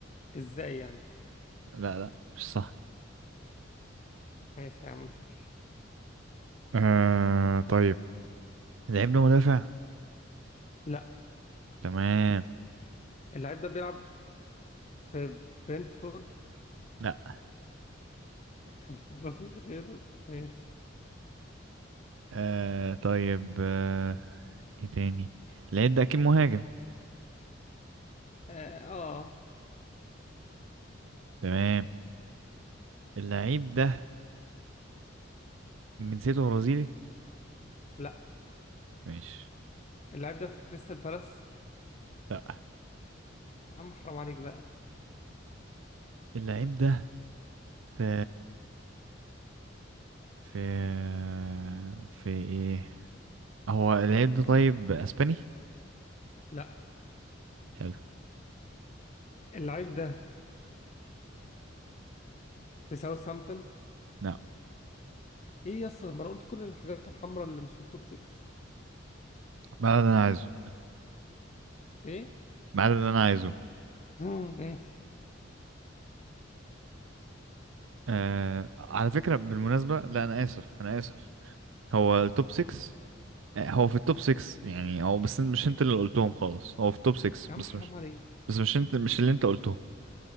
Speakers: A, on the left (about 35°); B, on the right (about 85°).
A: ازاي يعني
B: لا لا مش صح
A: ماشي يا عم سهل
B: آه طيب اللعيب ده مدافع
A: لا
B: تمام
A: اللعيب ده بيلعب في برنتفورد
B: لا
A: <laughs> مفيش غيره ماشي.
B: آه طيب آه ايه تاني اللعيب ده أكيد مهاجم
A: اه آه.
B: تمام اللعيب ده من جنسيته برازيلي
A: لا
B: ماشي
A: اللعيب ده في كريستال بالاس
B: لا
A: يا عم حرام عليك بقى
B: اللعيب ده في في في ايه هو اللعيب ده طيب اسباني
A: لا
B: حلو
A: اللعيب ده في ساوثهامبتون
B: لا
A: ايه يا اسطى ما انا قلت كل الحاجات الحمراء اللي مش في التوب 6
B: ما ده اللي انا عايزه
A: ايه
B: ما ده اللي انا عايزه
A: مم، ماشي
B: آه على فكرة بالمناسبة لا انا اسف انا اسف هو التوب 6 آه، هو في التوب 6 يعني هو بس مش انت اللي قلتهم خالص هو في التوب 6
A: يا
B: بس
A: عم حرام
B: مش
A: عليك
B: بس مش انت مش اللي انت قلتهم